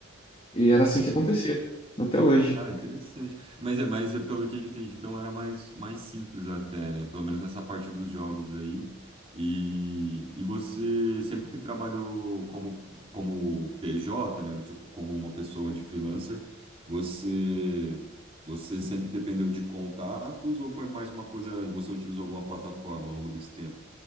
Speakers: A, on the left; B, on the right.
A: e era assim
B: Entendi.
A: que acontecia, até hoje.
B: Ah, interessante. Mas é, mas eu, pelo que eu entendi, então era mais, mais simples até, né? Pelo menos nessa parte dos jogos aí. E, e você sempre trabalhou como, como PJ, né? Tipo, como uma pessoa de freelancer. Você, você sempre dependeu de contatos ou foi mais uma coisa, você utilizou alguma plataforma ao longo desse tempo?